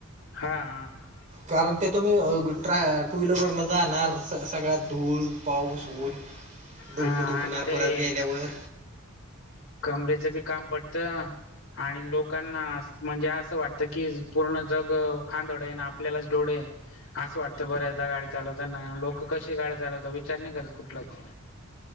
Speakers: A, on the left; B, on the right.
A: हा आ....
B: कारण ते तुम्ही ट्राय टूव्हीलर वरन जाणार सगळ्यात धूळ, पाऊस, ऊन डोकं
A: हा
B: दुखणार
A: आणि ते
B: परत गेल्यावर.
A: कमरेचं बी काम पडतं. आणि लोकांना म्हणजे असं वाटतं की, पुर्ण जग आंधळे आहे ना आपल्यालाच डोळे आहे. असं वाटतं बऱ्याचदा गाडी चालवताना लोकं कशी गाडी चालवता विचार नाही करत कुठलाच.